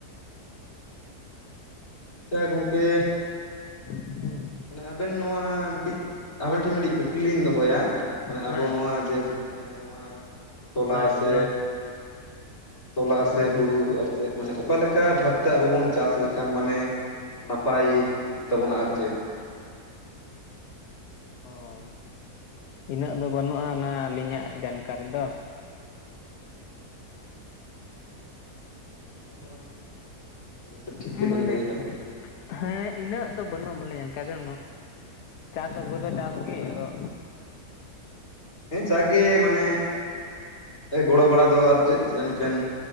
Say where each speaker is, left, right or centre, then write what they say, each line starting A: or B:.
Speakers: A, on the left; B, on the left.
A: ᱟᱪᱪᱷᱟ ᱜᱚᱝᱠᱮ
B: ᱦᱩᱸ
A: ᱢᱟᱱᱮ ᱟᱵᱮᱱ ᱱᱚᱣᱟ ᱢᱤᱫᱴᱤᱡ ᱟᱵᱮᱱ ᱴᱷᱮᱱ ᱢᱤᱫᱴᱤᱡ ᱠᱩᱠᱞᱤᱧ ᱫᱚᱦᱚᱭᱟ ᱢᱟᱱᱮ ᱟᱵᱚ
B: ᱦᱮᱸ
A: ᱱᱚᱣᱟ ᱡᱮ ᱢᱟᱱᱮ ᱱᱚᱣᱟ ᱛᱚᱞᱟ
B: ᱦᱳᱭ
A: ᱥᱮ
B: ᱨᱚᱲ
A: ᱛᱚᱞᱟ
B: ᱦᱳᱭ
A: ᱥᱮ
B: ᱨᱚᱲ ᱵᱮᱱ
A: ᱦᱳᱲᱳ ᱟᱨ ᱪᱮᱫ ᱢᱟᱱᱮ ᱚᱠᱟᱮᱠᱟ ᱵᱷᱟᱵᱽ ᱛᱮ ᱟᱵᱚ ᱵᱚᱱ ᱪᱟᱥ ᱞᱮᱠᱷᱟᱱ ᱢᱟᱱᱮ ᱱᱟᱯᱟᱭ ᱦᱩᱭᱩᱜ ᱛᱟᱵᱚᱱᱟ ᱟᱨ ᱪᱮᱫ
B: ᱳᱭᱻ ᱤᱱᱟᱹᱜ ᱫᱚ ᱵᱟᱹᱱᱩᱜᱼᱟ ᱚᱱᱟ ᱟᱹᱞᱤᱧᱟᱜ ᱡᱟᱱᱠᱟᱨᱤ ᱫᱚ
A: <unintelligible> ᱚᱱᱟ ᱦᱚᱸ ᱚᱵᱚᱥᱥᱳᱭ ᱴᱷᱤᱠ
B: ᱢᱟᱱᱮ
A: ᱜᱮᱵᱮᱱ ᱞᱟᱹᱭᱮᱫᱼᱟ
B: ᱦᱮᱸ ᱤᱱᱟᱹᱜ ᱫᱚ ᱵᱟᱹᱱᱩᱜ ᱟ ᱵᱚᱞᱮᱧ ᱚᱱᱠᱟ ᱫᱚ ᱪᱟᱥ ᱟᱹᱜᱩ ᱫᱚ ᱪᱟᱥ ᱜᱮ ᱟᱫᱚ
A: ᱦᱮᱸ ᱡᱟᱜᱽ ᱜᱮ ᱢᱟᱱᱮ ᱜᱚᱲᱚ ᱵᱟᱲᱟ ᱫᱚ ᱟᱨ ᱪᱮᱫ ᱡᱟᱹᱱᱤᱡ ᱵᱮᱱ